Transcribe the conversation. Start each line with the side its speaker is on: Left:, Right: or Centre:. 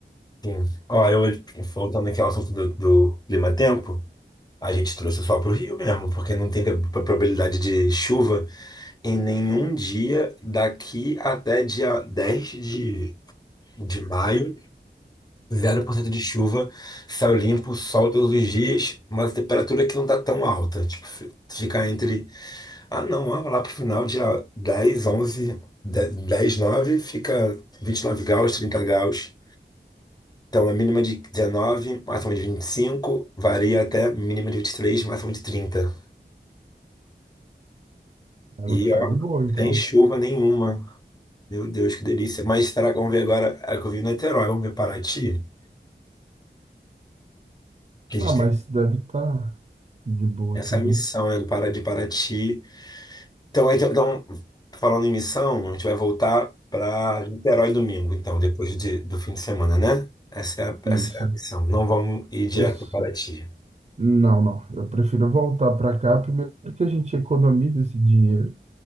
Left: Sim. Ó, eu voltando aqui ao assunto do, do clima-tempo, a gente trouxe só pro Rio mesmo, porque não tem pra- probabilidade de chuva em nenhum dia daqui até dia 10 de, de maio. zero por cento de chuva, céu limpo, sol todos os dias, mas temperatura que não tá tão alta. Tipo, fi- fica entre Ah, não, ó, lá pro final, dia 10, 11, de- 10, 9, fica 29 graus, 30 graus. Então, a mínima de 19, máxima de 25, varia até mínima de 23, máxima de 30.
Right: Ela
Left: E
Right: vai ficar
Left: ó,
Right: de boa, então.
Left: sem chuva nenhuma. Meu Deus, que delícia. Mas será que vamos ver agora? É que eu vi em Niterói, vamos ver Paraty? Que
Right: Ah,
Left: a gente
Right: mas
Left: tem
Right: deve estar de boa
Left: essa
Right: também.
Left: missão, né, do Pará- de Paraty. Então, então, então, falando em missão, a gente vai voltar para Niterói domingo, então, depois de- do fim de semana, né? Essa é a, essa
Right: Isso.
Left: é a missão. Não vamos ir direto
Right: Isso.
Left: para Paraty.
Right: Não, não. Eu prefiro voltar para cá. Primeiro que a gente economiza esse dinheiro.